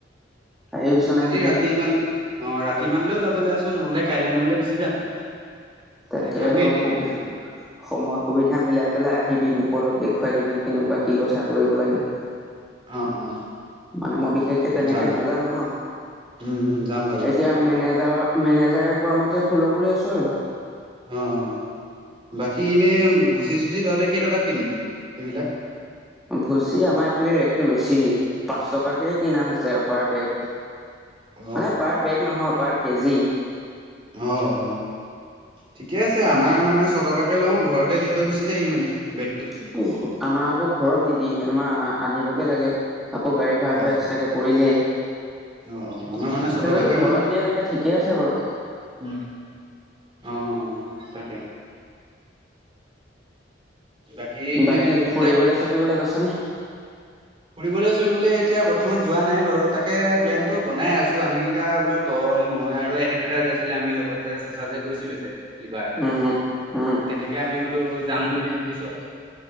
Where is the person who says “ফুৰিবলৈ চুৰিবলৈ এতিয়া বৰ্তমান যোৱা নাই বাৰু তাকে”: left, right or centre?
Right